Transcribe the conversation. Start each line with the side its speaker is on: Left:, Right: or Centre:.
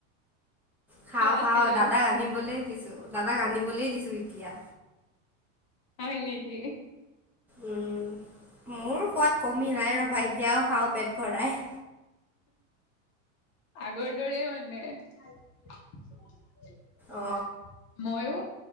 Centre: খাও,
Left: খোৱা আছিলো
Centre: খাও দাদাক আনিবলে দিছো দাদাক আনিবলে দিছো এতিয়া।
Left: হয় নেকি?
Centre: উম, মোৰ সোৱাদ কমি নাই ৰবা এতিয়াও খাওঁ পেট ভৰাই।
Left: আগৰ দৰে মানে। ময়ো
Centre: অ